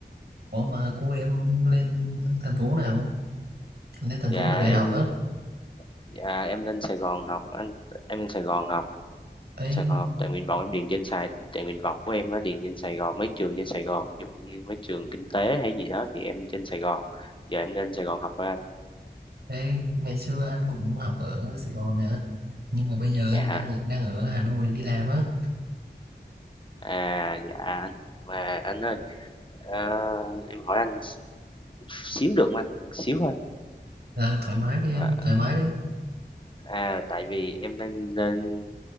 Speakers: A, on the right (about 65°); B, on the left (about 30°).
A: Ủa mà cô em lên thành phố nào? Lên thành
B: Dạ
A: phố nào để
B: em
A: học á?
B: Dạ, em lên Sài Gòn học anh em lên Sài Gòn học
A: Ấy,
B: Sài Gòn học tại nguyện vọng em điền trên Sài tại nguyện vọng của em á điền trên Sài Gòn mấy trường trên Sài Gòn ví dụ như mấy trường kinh tế hay gì đó thì em trên Sài Gòn giờ em lên Sài Gòn học rồi anh
A: ấy, ngày xưa anh cũng học ở Sài Gòn nè. Nhưng mà bây giờ
B: dạ
A: anh đang ở- đang ở Hà Nội đi làm á.
B: à dạ anh mà anh ơi ờ, em hỏi anh xíu được không anh xíu thôi
A: Ờ, thoải mái đi em,
B: à,
A: thoải mái đi.
B: à tại vì em đang lên